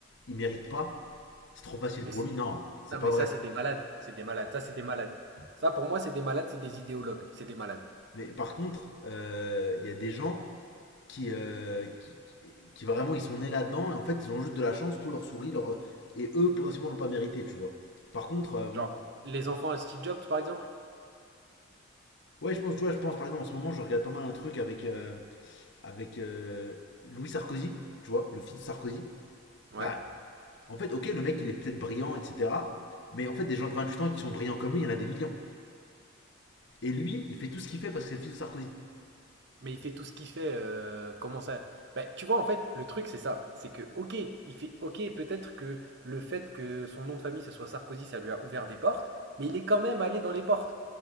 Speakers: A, on the left; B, on the right.
A: il mérite pas, c'est trop facile
B: Mais,
A: pour
B: c-
A: lui. Non, c'est
B: non,
A: pas
B: mais
A: vrai.
B: ça, c'est des malades. C'est des malades. Ça, c'est des malades. Ça, pour moi, c'est des malades, c'est des idéologues. C'est des malades.
A: Mais par contre, il euh, y a des gens qui, euh, qui, qui vraiment, ils sont nés là-dedans et en fait, ils ont juste de la chance, tout leur sourit, leur et eux potentiellement l'ont pas mérité, tu vois. Par contre, euh,
B: Genre, les enfants à Steve Jobs, par exemple.
A: ouais, je pense, tu vois, je pense par exemple en ce moment, je regarde pas mal un truc avec euh, avec euh, Louis Sarkozy, tu vois, le fils de Sarkozy.
B: Ouais.
A: Bah, En fait, ok, le mec, il est peut-être brillant, etc. Mais en fait, des gens de 28 ans qui sont brillants comme lui, il y en a des millions. Et lui, il fait tout ce qu'il fait parce que c'est le fils de Sarkozy.
B: Mais il fait tout ce qu'il fait. euh, comment ça? Bah, tu vois, en fait, le truc, c'est ça. C'est que, ok, il fait, ok, peut-être que le fait que son nom de famille, ce soit Sarkozy, ça lui a ouvert des portes, mais il est quand même allé dans les portes.